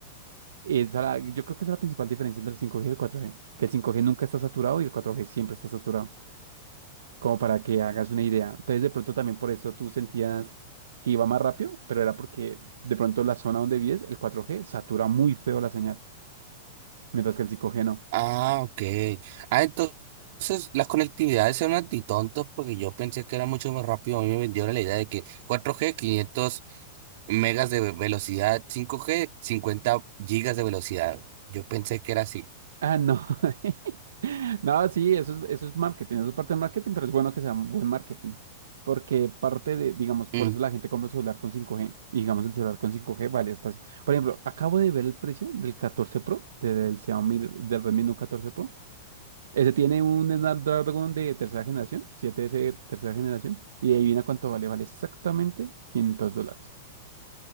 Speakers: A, on the right; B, on the right.
A: y Esa la- yo creo que esa es la principal diferencia entre el 5G y el 4G, que el 5G nunca está saturado y el 4G siempre está saturado. como para que hagas una idea. Entonces, de pronto también por eso tú sentías que iba más rápido, pero era porque de pronto la zona donde vives, el 4G, satura muy feo la señal, mientras que el 5G no.
B: Ah, ok. Ah, entonces las conectividades son antitontos porque yo pensé que era mucho más rápido. A mí me vendieron la idea de que cuatro g 500 megas de ve- velocidad, cinco g 50 gigas de velocidad. Yo pensé que era así.
A: Ah, no. <laughs> No, sí, eso es, eso es marketing, eso es parte de marketing, pero es bueno que sea un buen marketing. Porque parte de, digamos,
B: Mm,
A: por eso la gente compra un celular con 5G, y digamos el celular con 5G vale hasta... Por ejemplo, acabo de ver el precio del 14 Pro, del Xiaomi, del Redmi Note 14 Pro, Ese tiene un Snapdragon de tercera generación, 7S de tercera generación, y adivina cuánto vale, vale exactamente 500 dólares